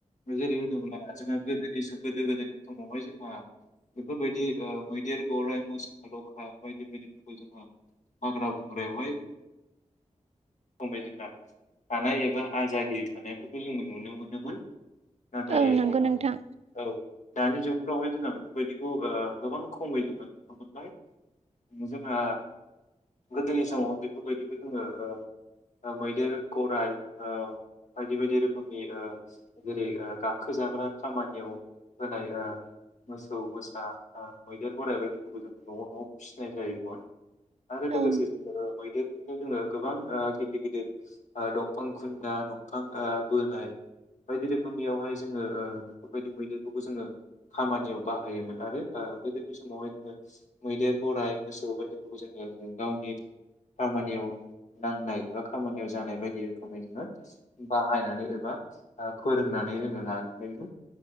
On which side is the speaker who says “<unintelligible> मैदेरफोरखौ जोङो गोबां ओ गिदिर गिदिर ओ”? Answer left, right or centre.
Left